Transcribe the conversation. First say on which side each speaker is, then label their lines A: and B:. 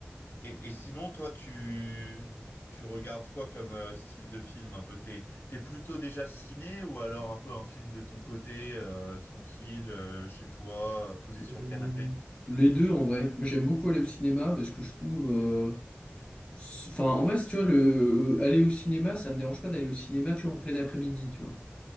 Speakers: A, on the left; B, on the left.
A: et, et sinon, toi, tu tu regardes quoi comme euh, style de film un peu? T'es t'es plutôt déjà ciné ou alors un peu un film de ton côté, euh, tranquille, euh, chez toi, euh, posé sur
B: Euh,
A: le canapé?
B: Les deux, en vrai. Moi, j'aime beaucoup aller au cinéma parce que je trouve. euh, Enfin, en vrai, si tu vois, le... aller au cinéma, ça me dérange pas d'aller au cinéma, tu vois, en plein après-midi, tu vois.